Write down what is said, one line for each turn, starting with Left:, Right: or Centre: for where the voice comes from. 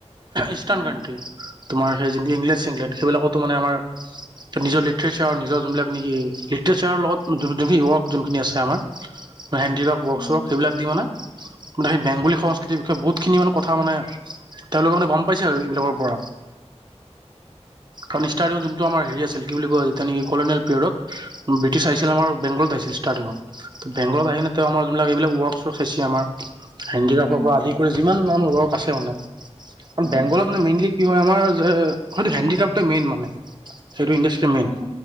Right: ইষ্টাৰ্ণ
Centre: হুম
Right: কানট্ৰি তোমাৰ সেই ইংলেছ ইংলেণ্ড সেইবিলাকতো মানে আমাৰ নিজৰ লি ঠচাৰৰ নিজৰ যোনবিলাক নেকি লিঠচাৰৰ লগত যোনখিন ৱৰ্ক যোনখিন আছে আমাৰ হেণ্ডিকাপ ৱক্
Centre: হুম
Right: শ্বপ সেই বিলাক দি মানে মানে সেই বেংগলী সংস্কৃতিৰ বিষয়ে বহুতখিনি মানে কথা মানে তেওঁলোকে মানে গম পাইছে আৰু এইবিলাকৰ পৰা।
Centre: <inaudible>
Right: ঘনিষ্ঠা আৰু যোন টো আমাৰ হেৰি আছিল কি বুলি কয় যেতিয়া নেকি কলনিয়েল পিৰিয়ডত, ব্ৰিটিছ আহিছিল আমাৰ বেংগলত আহিছিল ষ্টাৰ্টিঙত। ত বেংগত আহি কিনে তেওঁ আমাৰ যোনবিলাক এইবিলাক ৱৰ্কশ্বপ হৈছে আম হেণ্ডিক্ৰফৰ
Centre: হুম হুম
Right: পৰা আদি কৰি যিমান মান ৱৰ্ক আছে মানে, কাৰণ
Centre: হুম
Right: বেংগলত মানে মেইনলি কি হয় আমাৰ সেইটো হেণ্ডিক্ৰাফটো মেইন মানে। সেইটো ইনডা সেইটো মেইন।
Centre: হুম